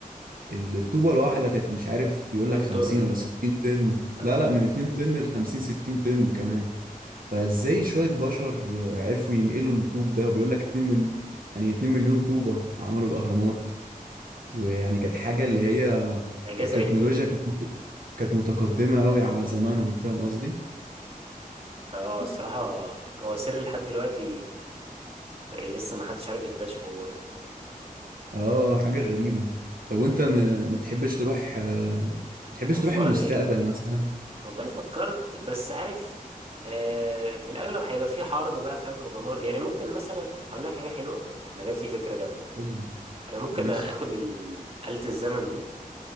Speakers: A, on the right; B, on the right.
A: ال- الطوبه الواحده كانت مش عارف بيقول
B: 2
A: لك 50
B: طن
A: ولا 60 طن
B: آه
A: لا لا من 2 طن ل 50 60 طن كمان فازاي شويه بشر عرفوا ينقلوا الطوب ده وبيقول لك 2 مل... يعني 2 مليون طوبه عملوا الاهرامات ويعني كانت حاجه اللي هي
B: إعجاز
A: التكنولوجيا
B: علمي
A: كانت مت- كانت متقدمه قوي على زمانهم فاهم قصدي
B: آه <laughs> الصراحة هو سر لحد دلوقتي لسه ما حدش عارف يكتشفه برضه
A: اه حاجة غريبة طب وانت م- ما تحبش تروح آه، ما تحبش
B: والله
A: تروح المستقبل مثلا
B: والله فكرت بس عارف آه في الأغلب هيبقى في حرب بقى فاهم ودمار يعني ممكن مثلا أقول لك حاجة حلوة أنا جات لي فكرة جامدة
A: قول لي
B: أنا ممكن
A: ماشي
B: آخد ال- آلة الزمن دي